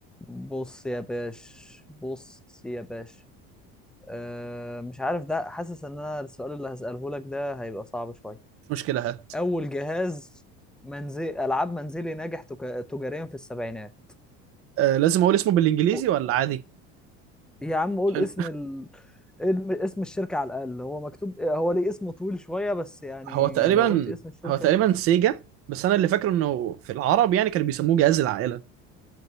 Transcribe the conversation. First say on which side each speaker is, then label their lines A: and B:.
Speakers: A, in the centre; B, on the right.
A: بص يا باش بص يا باش أه مش عارف ده حاسس ان انا السؤال اللي هسأله لك ده هيبقى صعب شوية
B: مش مشكلة هات
A: اول جهاز منزل العاب منزلي ناجح تك- تجاريا في السبعينات
B: أه لازم أقول اسمه بالإنجليزي
A: قو-
B: ولا عادي؟
A: يا عم قول
B: عشان
A: اسم ال... الم- اسم الشركة على الأقل هو مكتوب هو ليه اسم طويل شوية بس يعني
B: هو تقريبا
A: لو قلت اسم الشركة
B: هو تقريبا سيجا بس أنا اللي فاكره إنه في العرب يعني كانوا بيسموه جهاز العائلة